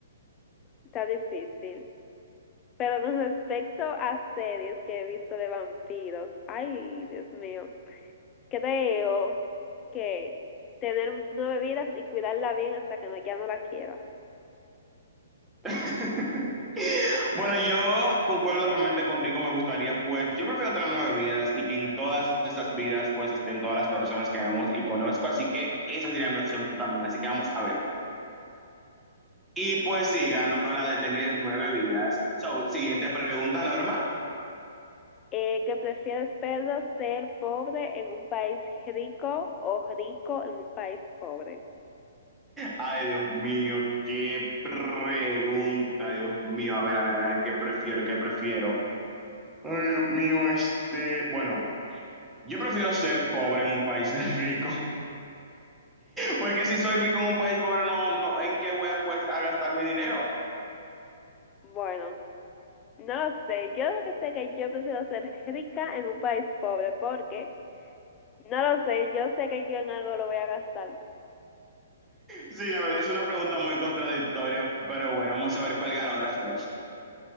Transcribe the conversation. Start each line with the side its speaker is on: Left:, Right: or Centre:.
Left: está difícil. Pero con respecto a series que he visto de vampiros, ay, Dios mío, creo que tener nueve vidas y cuidarla bien hasta que no, ya no la quiera.
Centre: <laughs> Bueno, yo concuerdo realmente contigo, me gustaría, pues, yo prefiero tener nueve vidas y que en todas esas vidas, pues, estén todas las personas que vemos y conozco, así que esa sería mi opción también, así que vamos a ver. Y pues sí, ganó la de tener nueve vidas. So, siguiente pregunta, Norma.
Left: Eh, que prefieres, Pedro, ser pobre en un país rico o rico en un país pobre?
Centre: Ay, Dios mío, qué pregunta, Dios mío, a ver, a ver, a ver, qué prefiero, qué prefiero. Ay, Dios mío, este, bueno, yo prefiero ser pobre en un país <laughs> rico. Porque si soy rico en un país pobre, no, no, ¿en qué voy a, pues, a gastar mi dinero?
Left: Bueno. No lo sé, yo lo que sé es que yo prefiero ser rica en un país pobre, porque no lo sé, yo sé que yo en algo lo voy a gastar.
Centre: Sí, la verdad es una pregunta muy contradictoria, pero bueno, vamos a ver cuál ganó de las dos.